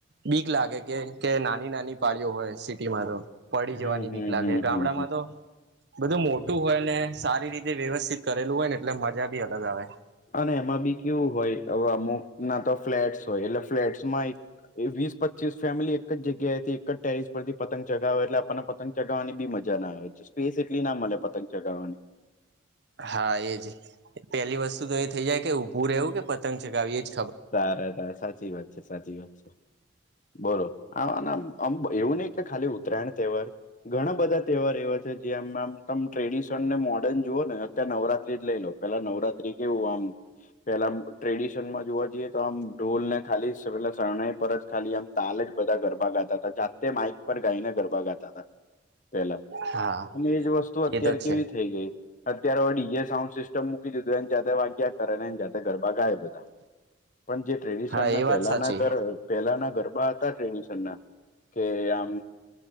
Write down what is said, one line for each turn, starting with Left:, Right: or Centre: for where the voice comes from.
Right: બીક લાગે કે કે નાની નાની પાળીઓ હોય સિટીમાં તો પડી
Left: હમ
Right: જવાની
Left: હમ
Right: બીક લાગે
Left: હમ હમ
Right: ગામડામાં
Left: હમ
Right: તો બધું મોટું હોય ને સારી રીતે વ્યવસ્થિત કરેલું હોય ને એટલે મજા ભી અલગ આવે
Left: અને એમાં બી કેવું હોયવે અમુક ના તો ફ્લેટ્સ હોય એટલે ફ્લેટ્સમાં એક વીસ પચ્ચીસ ફેમિલી એક જગ્યાએથી એક જ ટેરસ પરથી પતંગ ચગાવે એટલે આપણને પતંગ ચગાવવાની બી મજા ના આવે છે. સ્પેસ એટલી ના મળે પતંગ ચગાવવાની
Right: હા એ જ પેલી વસ્તુ તો એ થઇ જાય કે ઊભું રહેવું કે પતંગ ચગાવીએ જ
Left: સાર ત સાચી વાત છે સાચી વાત છે, બોલો હામ એવું નહી કે ખાલી ઉતરાયણ તેવ ઘણા બધા તહેવાર એવા છે જેંમ આમ તમે ટ્રેડિશન ને મોર્ડર્ન જુઓ ને અત્યારે નવરાત્રી જ લઈ લો પેલા નવરાત્રી કેવું આમ પેલા ટ્રેડિશન માં જોવા જઈએ તો આમ ઢોલ ને ખાલી પેલા શરણાઈ પરત ખાલી આમ તાલ જ બધા ગરબા ગાતા હતા જાતે માઇક પર ગાઈ ને ગરબા ગાતા. પેલા
Right: હા
Left: અને એજ વસ્તુ અત્યારે
Right: એ તો છે
Left: કેવી થઈ ગઈ. અત્યારે હ ડીજે સાઉન્ડ સિસ્ટમ મૂકી દીધું એને જાતે વાગ્યા કરે ને એને જાતે ગરબા ગાય, બધા પણ જે ટ્રેડિશન
Right: હા
Left: ના
Right: એ વાત
Left: પહેલાના
Right: સાચી
Left: ઘર પેલાના ગરબા હતા ટેન્શન ના કે આમ